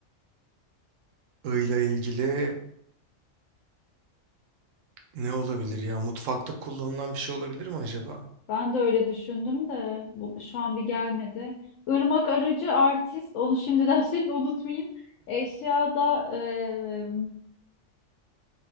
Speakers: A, on the right (about 80°); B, on the left (about 90°).
A: I ile ilgili ne olabilir ya? Mutfakta kullanılan bir şey olabilir mi acaba?
B: Ben de öyle düşündüm de bu, şu an bir gelmedi. Irmak arıcı artist. Onu şimdiden <laughs> şimdi unutmayayım. Eşya da eee,